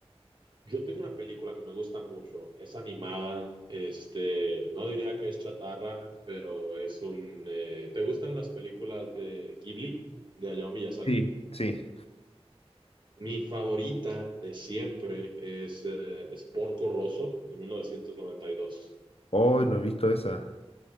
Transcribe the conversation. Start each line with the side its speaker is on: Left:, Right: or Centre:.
Right: Yo tengo una película que me gusta mucho, es animada, este, no diría que es chatarra, pero es un... eh, ¿te gustan las películas de Ghibli, de Hayao Miyazaki?
Left: Sí. Sí.
Right: Mi favorita de siempre es, eh, es Porco Rosso de 1992.
Left: Hoy no he visto esa.